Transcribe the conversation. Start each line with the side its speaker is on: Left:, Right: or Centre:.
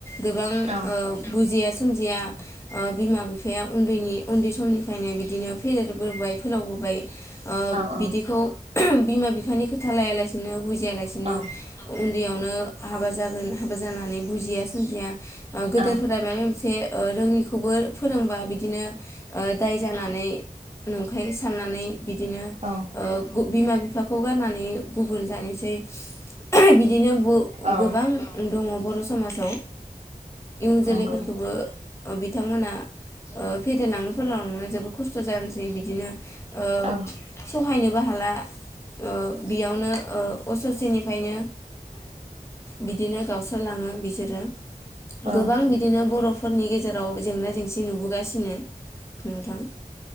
Left: गोबां ओ
Right: औ
Left: बुजिया सोमजिया ओ बिमा बिफाया उन्दैनि उन्दै समनिफ्रायनो बिदिनो फेदेरबोबाय फोलावबोबाय ओ
Right: औ
Left: बिदिखौ बिमा बिफानि खोथा लाया लासिनो बुजिया लासि
Right: औ
Left: उन्दैयावनो हाबा जागोन हाबा जानानै बुजिया सोमजिया ओ गोदोरफोरा
Right: औ
Left: माबा मोनसे ओ रोङिखौबो फोरोंबा बिदिनो ओ दाय जानानै नंखाय साननानै बिदिनो
Right: औ
Left: ओ बिमा बिफाखौ गारनानै गुबुन जानोसै। बिदिनो
Right: औ
Left: गोबां दङ बर' समाजाव। इयुन जोलैफोरखौबो
Right: नंगौ
Left: ओ बिथांमोना ओ फेदेरलांनो फोलावनो जोबोर खस्थ' जानोसै बिदिनो ओ
Right: औ
Left: सहायनोबो हाला ओ बेयावनो ओ असेनि फायनो बिदिनो गावस्रालाङो बिसोरो
Right: औ
Left: गोबां बि दिनो बर'फोरनि गेजेराव जेंना जेंसि नुबोगासिनो नोंथां।